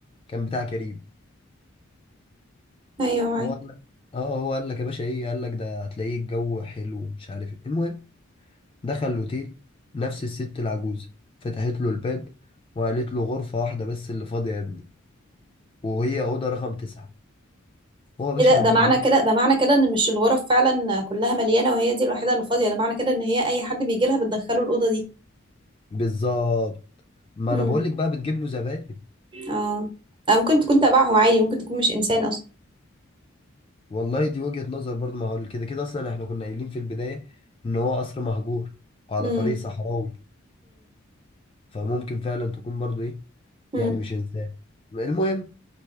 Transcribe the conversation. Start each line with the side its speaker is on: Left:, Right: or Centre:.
Left: كان بتاع كريم
Right: ايوه معاك
Left: هو قال لك اه هو قال لك يا باشا ايه قال لك ده هتلاقيه الجو حلو ومش عارف ايه المهم دخل الأوتيل نفس الست العجوزة فتحت له الباب وقالت له غرفة واحدة بس اللي فاضية يا ابني وهي أوضة رقم تسعة هو يا باشا
Right: ايه ده ده معنى
Left: مالك
Right: كده ده معنى كده ان مش الغرف فعلا كلها مليانة وهي دي الوحيدة اللي فاضية ده معنى كده ان هي اي حد بيجي لها بتدخله الأوضة دي
Left: بالظبط ما أنا
Right: امم
Left: بقولك بقى بتجيب له زباين
Right: اه آه، ممكن تكون تبعهم عادي ممكن تكون مش انسان اصلا
Left: والله دي وجهة نظر برضه ما هو كده كده أصلا إحنا كنا قايلين في البداية إن هو قصر مهجور وعلى
Right: امم
Left: طريق صحراوي فممكن فعلا تكون برضه إيه
Right: امم
Left: يعني مش إنسان المهم